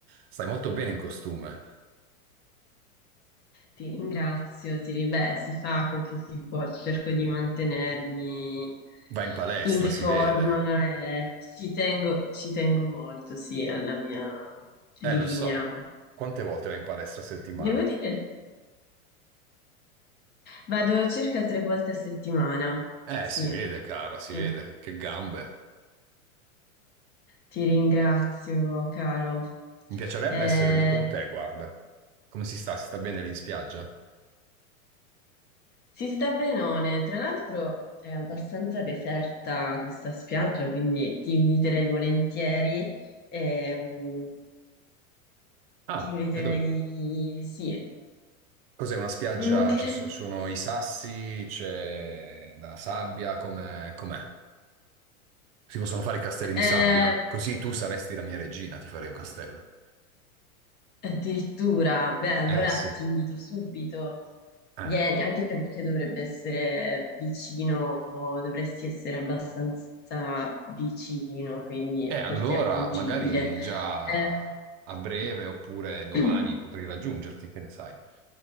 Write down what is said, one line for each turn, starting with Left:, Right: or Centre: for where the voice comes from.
Right: Stai molto bene in costume.
Left: Ti ringrazio, ti ri- beh, si fa quel che si può, cerco di mantenermi
Right: Vai in palestra,
Left: in forma
Right: si vede.
Left: e ci tengo, ci tengo molto, sì, alla mia linea.
Right: Eh, lo so. Quante volte vai in palestra a settimana?
Left: Devo dire. Vado circa tre volte a settimana,
Right: Eh,
Left: sì.
Right: si vede, cara, si
Left: Ehm,
Right: vede. Che gambe.
Left: Ti ringrazio, caro.
Right: Mi piacerebbe
Left: Eh,
Right: essere lì con te, guarda. Come si sta? Si sta bene lì in spiaggia?
Left: si sta benone. Tra l'altro è abbastanza deserta questa spiaggia, quindi ti inviterei volentieri. ehm,
Right: Ah,
Left: ti inviterei,
Right: e dov-
Left: sì.
Right: Cos'è una spiaggia?
Left: Mm, cre-
Right: Ci so- sono i sassi, c'è la sabbia, com'è? com'è? Si possono fare i castelli di
Left: eh,
Right: sabbia? Così tu saresti la mia regina, ti farei un castello.
Left: addirittura, beh, allora
Right: Eh sì.
Left: ti invito subito.
Right: Eh.
Left: Vieni, anche perché dovrebbe essere vicino, dovresti essere abbastanza vicino, quindi
Right: E allora,
Left: per te raggiungibile.
Right: magari già
Left: Eh,
Right: a breve oppure domani
Left: <clears throat>
Right: potrei raggiungerti, che ne sai?